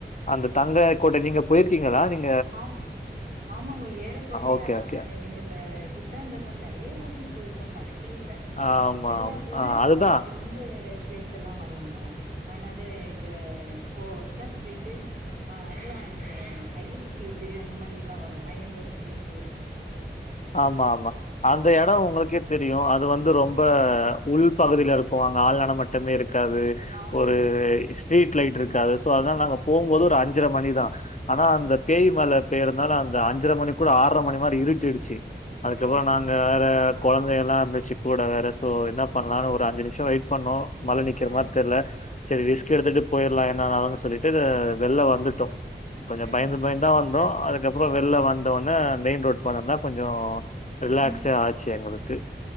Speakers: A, on the left (about 40°); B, on the right (about 50°).
A: அந்த தங்க கோட்டை நீங்க போய்ருக்கீங்களா நீங்
B: ஆம் ஆமாங்க ஏல கொறிய
A: ஓகே,
B: நா
A: ஓகே.
B: எங்களுக்க திட்டாண்டதா நெறைய வாட்டி போயிருக்கோ கணக் கி இல்ல
A: ஆமா.
B: நல்லா
A: ஆமா.
B: இருக்கு உள்ள
A: அ
B: போனா
A: அதுதான்.
B: இந்த இந்த ப்ளேஸ் எல்லா வரும்பொ அ இன்னாது இது ஓ இன்ன ஸ்ப்ரீட்டு அ எல்லா இந்த ஐயிர்ஸ் ரீட்டு அந்த மாரி எல்லா வரும் ஐயங்கர் ஸ்ப்ரீட்டு
A: ஆமா ஆமா அந்த எடொ உங்களுக்கே தெரியு அது வந் ந்து ரொம்ப உள்பகுதில இருக்கு அங்க ஆல் நடமாட்டமே இருக் காது
B: ஆமா
A: ஒரு ஸ் ட்ரீட் லைட் இருக்காது சோ அதா நாங்க போம்போது ஒரு அஞ்சர மணி தா அனா அந்த பேய்மழ பேயறனால அந்த அஞ்சர மணி கூட ஆர்ர மணி மாரி இருட்டிடுருச்சு அதுக்கப்றொ
B: ஆ
A: நாங்க வேற கொழந்தை எல்லா இருந்துச்சு கூட வேற சோ என்ன பண்ணலானு ஒரு அஞ்சு நிம்ஷ வெய்ட் பண்ணோ மழ நிக்கிற
B: ஆ
A: மார் தெரில செரி ரிஸ்க்
B: ம்
A: எடுத்துட்டு போயிறலா எ நா நலங்கு சொல்லிட்டு வெள்ல வந்துட்டோ கொஞ்ச
B: ம்
A: பயந்து பய்ந்தா வந் தோ அதுக்கப்பற வெள்ல வந்த ஒன மெயின் ரோட் போனன்னா கொஞ்சோ ரிலாக்சே
B: ம்
A: ஆச்சு எங்களுக் து